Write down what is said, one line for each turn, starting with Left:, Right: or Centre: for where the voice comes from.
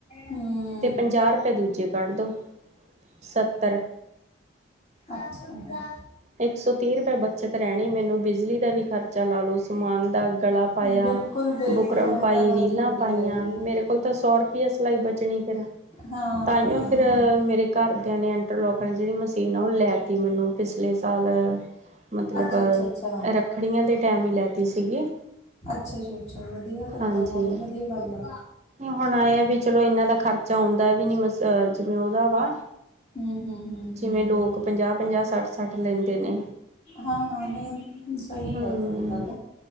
Left: ਹੂੰ।
Right: ਤੇ ਪੰਜਾਹ ਰੁਪਏ ਦੂਜੇ ਕੱਢ ਦੳ, ਸੱਤਰ
Left: ਅੱਛਾ।
Right: ਏਕ ਸੌ ਤੀਹ ਰੁਪਏ ਬੱਚਤ ਰਹਣੀ ਮੈਨੂੰ, ਬਿਜਲੀ ਦਾ ਵੀ ਖਰਚ ਚਾ ਲਾਓ ਸਮਾਨ ਦਾ ਗਲਾ ਪਾਇਆ,
Left: ਬਿਲਕੁਲ ਬਿਲਕੁਲ
Right: ਬੁਕਰਮ
Left: ਉਹ
Right: ਪਾਈ,
Left: ਤਾਂ ਗੱਲ
Right: ਰੀਲਾਂ
Left: ਤੁਹਾਡੀ
Right: ਪਾਈਆਂ
Left: ਹੈਗੀ ਆ
Right: ਮੇਰੇ ਤਾਂ ਸੌ ਰੁਪਇਆ ਸਿਲਾਈ ਬਚਣੀ ਫੇਰ
Left: ਹਾਂ
Right: ਤਾਈਂ
Left: ਹਾਂ
Right: ਫੇਰ
Left: ਹਾਂ
Right: ਮੇਰੇ ਘਰਦਿਆਂ ਨੇ ਇੰਟਰਲੋਕ ਵਾਲੀ ਜਿਹੜੀ ਮਸ਼ੀਨ ਆ ਉਹ ਲੈ ਤੀ ਮੈਨੂੰ ਪਿਛਲੇ ਸਾਲ ਆ ਮਤਲਬ
Left: ਅੱਛਾ ਅੱਛਾ ਅੱਛਾ
Right: ਰੱਖੜੀਆਂ ਦੇ ਟਾਈਮ ਈ ਲੈਤੀ ਸੀਗੀ।
Left: ਅੱਛਾ ਜੀ। ਅੱਛਾ, ਵਧੀਆ ਫਿਰ
Right: ਹਾਂਜੀ
Left: ਤਾਂ ਬਹੁਤ ਵਧੀਆ ਗੱਲ ਆ।
Right: ਹੁਣ ਆਏ ਆ ਵੀ ਚਲੋ ਇਹਨਾਂ ਖਰਚਾ ਆਉਂਦਾ ਵੀ ਨੀ ਮਸ ਜਿਵੇਂ ਉਹਦਾ ਵਾ
Left: ਹਮ ਹਮ ਹਮ ਹਮ
Right: ਜਿਵੇਂ ਲੋਕ ਪੰਜਾਹ ਪੰਜਾਹ ਸੱਠ ਕੱਟ ਲੈਂਦੇ ਨੇ
Left: ਹਾਂ ਹਾਂ ਨਹੀਂ ਸਹੀ
Right: ਹੂੰ।
Left: ਹੈ ਤੁਹਾਡੀ ਗੱਲ